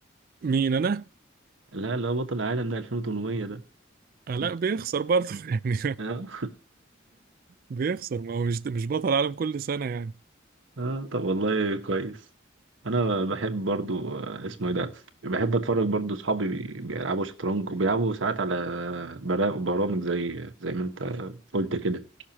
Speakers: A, on the right; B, on the right.
A: مين أنا؟
B: <laughs> لا لا بطل العالم ده 2800 ده
A: آه لا
B: <laughs>
A: بيخسر برضه <laughs> يعني
B: اه
A: بيخسر ما هو مش مش بطل العالم كل سنة يعني
B: اه طب والله كويس انا بحب برضو آه، اسمه ايه ده بحب اتفرج برضو اصحابي بي- بيلعبوا شطرنج وبيلعبوا ساعات على برا- برامج زي زي ما انت قلت كده